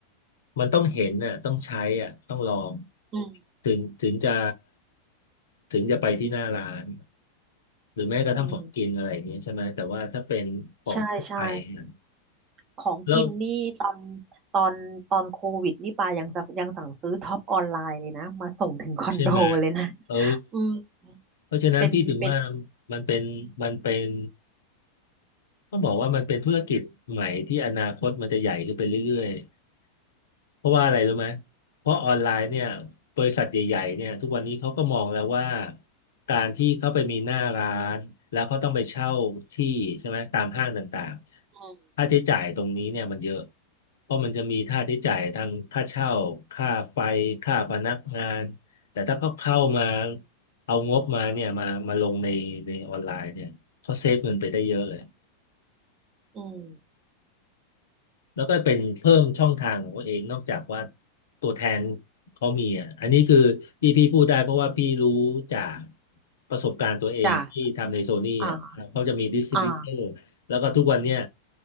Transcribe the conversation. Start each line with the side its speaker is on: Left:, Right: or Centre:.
Left: มันต้องเห็นน่ะต้องใช้อ่ะต้องลอง
Right: อืม
Left: ถึงถึงจะถึงจะไปที่หน้าร้านหรือแม้กระทั่งของกินอะไรอย่างเงี้ยใช่ไหมแต่ว่าถ้าเป็นของทั่วไปเนี่ย
Right: อืมใช่ใช่ของกินนี่ตอน
Left: แล้ว
Right: ตอนตอนโควิดนี่ปายังจะยังสั่งซื้อท็อปออนไลน์เลยนะ มาส่งถึงคอนโดเลยนะ
Left: ใช่ไหมเออ
Right: อืม
Left: เพราะฉะนั้นพี่ถึงว่า
Right: เป็นเป็น
Left: มันเป็นมันเป็น ต้องบอกว่ามันเป็นธุรกิจใหม่ที่อนาคตมันจะใหญ่ขึ้นไปเรื่อยๆเพราะว่าอะไรรู้ไหมเพราะออนไลน์เนี่ยบริษัทใหญ่ๆเนี่ยทุกวันนี้เขาก็มองแล้วว่าการที่เขาไปมีหน้าร้านแล้วเขาต้องไปเช่าที่ใช่ไหมตามห้างต่างๆค่าใช้จ่ายตรงนี้เนี่ยมันเยอะ
Right: อืม
Left: เพราะมันจะมีค่าใช้จ่ายทางค่าเช่าค่าไฟค่าพนักงานแต่ถ้าเขาเข้ามาเอางบมาเนี่ยมามาลงในในออนไลน์เนี่ยเขาเซฟเงินไปได้เยอะเลย
Right: อืม
Left: แล้วก็เป็นเพิ่มช่องทางของตัวเองนอกจากว่าตัวแทนเขามีอ่ะอันนี้คือที่พี่พูดได้เพราะว่าพี่รู้จากประสบการณ์ตัวเองที่ทำในโซนี่อ่ะเขาจะมีดิสทริบิวเตอร์แล้วก็ทุกวันเนี้ย
Right: จ้ะอ่าอ่า